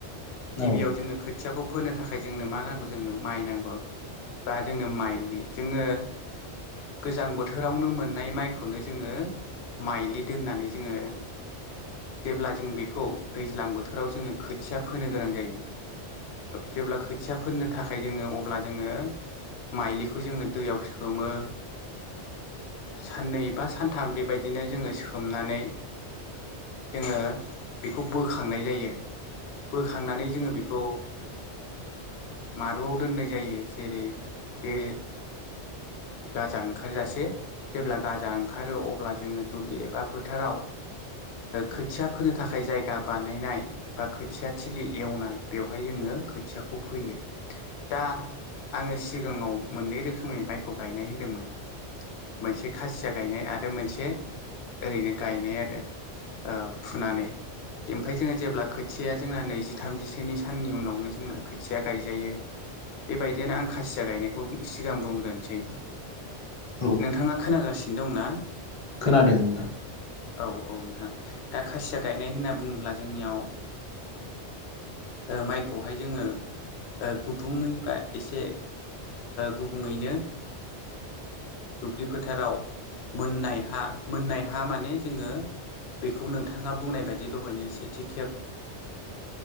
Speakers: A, on the left (about 70°); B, on the left (about 35°).
A: गिबियाव
B: औ
A: जोङो खोथियाखौ फोनो थाखाय जोंनो मा नांगौ जोंनो माइ नांगौ। बा जोंनो माइलि जोङो गोजां बोथोरावनो मोननाय माइखौनो जोङो माइलि दोननानै जोङो जेब्ला जों बेखौ दैज्लां बोथोराव जोङो खोथिया फोनो गोनां जायो। जेब्ला खोथिया फोनो थाखाय जोङो अब्ला जोङो माइलिखौ जोङो दैयाव सोमो साननै बा सानथाम बेबायदिनो जोङो सोमनानै जोङो बेखौ बोखांनाय जायो। बोखांनानै जोङो बेखौ मारुआव दोननाय जायो। जेरै बे गाजा ओंखारजासे जेब्ला गाजा ओंखारो अब्ला जोङो दुब्लि एबा फोथाराव खोथिया फोनो थाखाय जायगा बानायनाय बा खोथिया थिलि एवनाय बेवहाय जोङो खोथियाखौ फैयो दा आङो सिगाङाव मोननै रोखोमै माइखौ गायनाय होनदोंमोन। मोनसे खासिया गायनाय आरो मोनसे ओरैनो गायनाय आरो फुनानै एमफाय जोङो जेब्ला खोथियाया जोंना नैजि थामजिसोनि साननि उनावनो जोंना खोथिया गायजायो। बेबायदिनो आं खासिया गायनायखौ सिगां बुंग्रोनोसै
B: औ
A: नोंथाङा खोनागासिनो दं ना?
B: खोनादों नोंथां।
A: औ औ नोंथां दा खासिया गायनाय होनना बुङोब्ला जोंनियाव माइखौहाय जोङो गुबुङै बा एसे गुबुङैनो दुब्लि फोथाराव मोननाय हा मोननाय हा माने जोङो बेखौ नोंथाङा बुंनाय बायदि दहायनो सेथि खेब